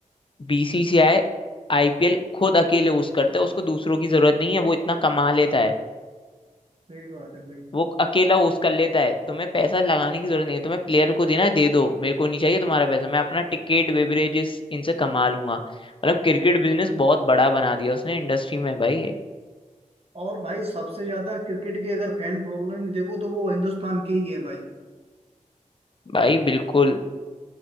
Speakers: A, on the left; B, on the right.
A: बीसीसीआई आईपीएल खुद अकेले उस करता है उसको दूसरों की जरूरत नहीं है वो इतना कमा लेता है
B: सही बात है भाई
A: वो अकेला होस्ट कर लेता है तुम्हें पैसा लगाने की जरूरत नहीं है तुम्हें प्लेयर को देना है दे दो मेरे को नहीं चाहिए तुम्हारा पैसा मैं अपना टिकट बेवरेजेस इनसे कमा लूंगा मतलब क्रिकेट बिजनेस
B: हाँ
A: बहुत बड़ा बना दिया उसने इंडस्ट्री में भाई
B: और भाई सबसे ज्यादा क्रिकेट की अगर फैन फॉलोइंग देखो तो वो हिंदुस्तान की ही है भाई
A: भाई बिल्कुल